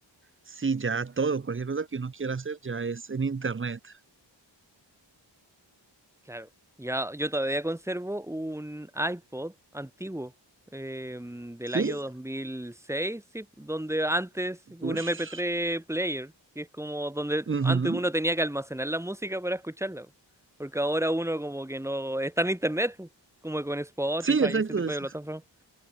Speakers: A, on the right; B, in the centre.
A: sí, ya todo, cualquier cosa que uno quiera hacer ya es en internet.
B: Claro. Ya, yo todavía conservo un iPod antiguo em, del
A: Sí,
B: año 2006, sí, donde antes un
A: ush,
B: mp tres player, que es como donde
A: ujú.
B: antes uno tenía que almacenar la música para escucharla, po. porque ahora uno como que no está en internet, po, como con Spotify
A: Sí, exacto,
B: y ese tipo
A: es-
B: de plataformas.